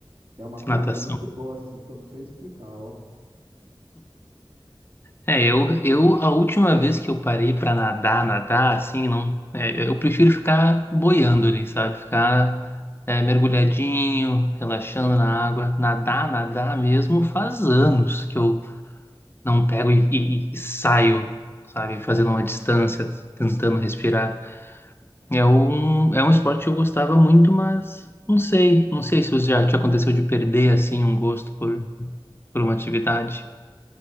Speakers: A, on the right; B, on the left.
A: é uma coisa
B: Natação.
A: muito boa, assim, que eu não sei explicar, ó.
B: É, eu, eu a última vez que eu parei pra nadar, nadar, assim, não, é, eu prefiro ficar boiando ali, sabe? Ficar é, mergulhadinho, relaxando na água. Nadar, nadar mesmo, faz anos que eu não pego e, e- e saio, sabe? Fazendo uma distância, tentando respirar. É um, é um esporte que eu gostava muito, mas não sei, não sei se já te aconteceu de perder, assim, um gosto por, por uma atividade,